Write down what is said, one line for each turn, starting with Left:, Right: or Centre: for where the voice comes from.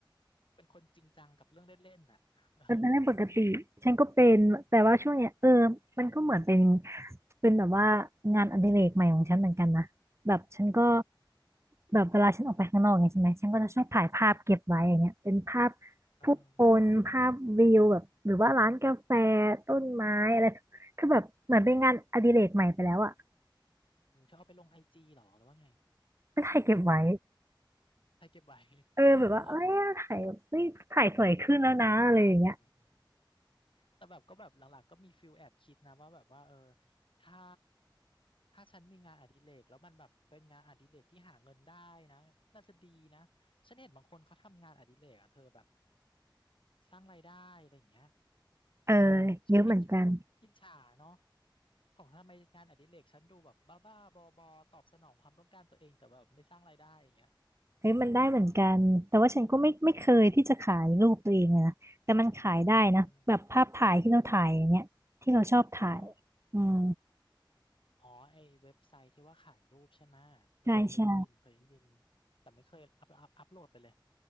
Left: เป็นคนจริงจังกับเรื่องเล่นๆน่ะเออ
Right: มันเป็นเรื่องปกติฉันก็เป็นแต่ว่าช่วงเนี้ยเออมันก็เหมือนเป็นเป็นแบบว่างานอดิเรกใหม่ของฉันเหมือนกันนะแบบฉันก็แบบเวลาฉันออกไปข้างนอกไงใช่ไหมฉันก็จะชอบถ่ายภาพเก็บไว้อย่างเงี้ยเป็นภาพ
Left: เออ
Right: ผู้คนภาพวิวแบบหรือว่าร้านกาแฟต้นไม้อะไรคือแบบเหมือนเป็นงานอดิเรกใหม่ไปแล้วอะ
Left: เออเธอเอาไปลงไอจีหรอหรือว่าไง
Right: ก็ถ่ายเก็บไว้
Left: ใช่เก็บไว้
Right: เออแบบว่าเอ้ยถ่ายเฮ้ยถ่ายสวยขึ้นแล้วนะอะไรอย่างเงี้ย
Left: <laughs> เอออืมแต่แบบก็แบบหลังๆก็มีฟิลแอบคิดนะว่าแบบว่าเออถ้าถ้าฉันมีงานอดิเรกแล้วมันแบบเป็นงานอดิเรกที่หาเงินได้นะน่าจะดีนะฉันเห็นบางคนเขาทำงานอดิเรกอะเธอแบบสร้างรายได้อะไรอย่างเงี้ย
Right: เออ
Left: เออฉันเห็นฉันก็ว่าอิจฉาเนาะ
Right: เยอะเหมือนกัน
Left: ของทำไมงานอดิเรกฉันดูแบบบ้าๆบอๆตอบสนองความต้องการตัวเองแต่แบบไม่สร้างรายได้อย่างเงี้ย
Right: เฮ้ยมันได้เหมือนกันแต่ว่าฉันก็ไม่ไม่เคยที่จะขายรูปตัวเองเลยนะแต่มันขายได้นะแบบภาพถ่ายที่เราถ่ายอย่างเงี้ยที่เราชอบถ่าย
Left: เอออ๋อ
Right: อืม
Left: อ๋อไอเว็บไซต์ที่ว่าขายรูปใช่ไหมเออเออเคยได้ยินเคยได้ยิน
Right: ใช่ใช่
Left: แต่ไม่เคยอัพอัพอัพโหลดไปเลย